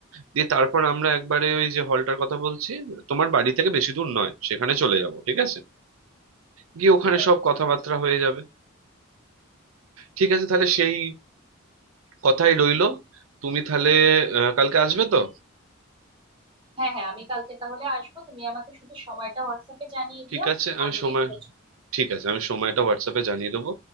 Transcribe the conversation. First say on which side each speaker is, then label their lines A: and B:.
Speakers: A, on the right (about 75°); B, on the right (about 25°).
A: দিয়ে তারপর আমরা একবারে ওই যে হলটার কথা বলছি তোমার বাড়ি থেকে বেশি দূর নয় সেখানে চলে যাব ঠিক আছে গিয়ে ওখানে
B: ঠিক আছে
A: সব কথাবার্তা
B: ঠিক আছে
A: হয়ে যাবে ঠিক আছে তাহলে সেই কথাই রইলো তুমি তাহলে আহ, কালকে আসবে তো
B: হ্যাঁ হ্যাঁ আমি কালকে তাহলে আসবো তুমি আমাকে শুধু সময়টা হোয়াটসঅ্যাপে জানিয়ে দিও
A: ঠিক আছে আমি
B: আমি
A: সময়
B: রেডি হয়ে চলে
A: ঠিক আছে আমি সময়টা হোয়াটসঅ্যাপে জানিয়ে দেবো